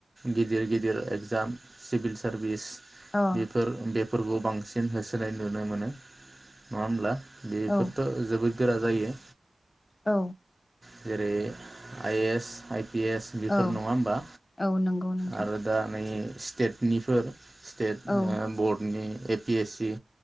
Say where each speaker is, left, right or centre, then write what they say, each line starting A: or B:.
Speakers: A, on the right; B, on the left.
A: गिदिर गिदिर एगजाम सिभिल सारभिस
B: अ औ
A: बेफोर बे फोरबो बांसिन होसोनाय नुनो मोनो। नङा होमब्ला? बेफोरथ'
B: औ
A: जोबोद गोरा जायो
B: औ
A: जेरै I S I P S बेफोर
B: औ
A: नङा होमबा
B: औ नंगौ नोंथां
A: आरो दा नै स्टेटनिफोर स्टेट
B: औ
A: ओ बरर्ड ए पि एस सि